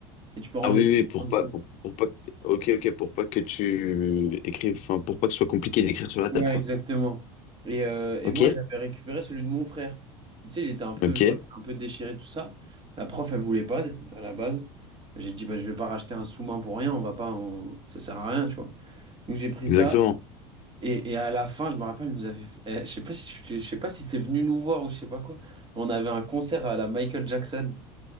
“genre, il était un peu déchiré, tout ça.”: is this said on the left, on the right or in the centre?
Right